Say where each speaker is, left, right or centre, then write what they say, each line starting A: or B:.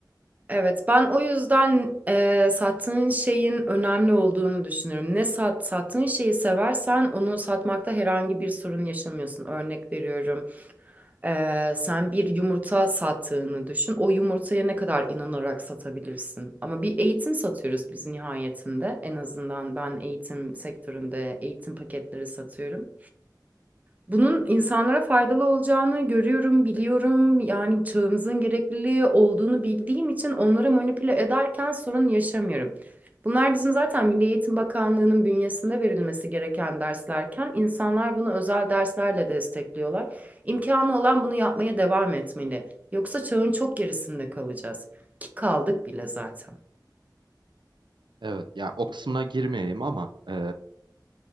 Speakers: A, on the right (about 20°); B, on the right (about 85°).
A: Evet, ben o yüzden eee, sattığın şeyin önemli olduğunu düşünüyorum. Ne sat, sattığın şeyi seversen onu satmakta herhangi bir sorun yaşamıyorsun. Örnek veriyorum, eee, sen bir yumurta sattığını düşün. O yumurtaya ne kadar inanarak satabilirsin? Ama bir eğitim satıyoruz biz nihayetinde. En azından ben eğitim sektöründe eğitim paketleri satıyorum. Bunun insanlara faydalı olacağını görüyorum, biliyorum. Yani çağımızın gerekliliği olduğunu bildiğim için onları manipüle ederken sorun yaşamıyorum. Bunlar bizim zaten Milli Eğitim Bakanlığı'nın bünyesinde verilmesi gereken derslerken insanlar bunu özel derslerle destekliyorlar. İmkanı olan bunu yapmaya devam etmeli. Yoksa çağın çok gerisinde kalacağız. Ki kaldık bile zaten.
B: Evet, ya o kısmına girmeyeyim ama e,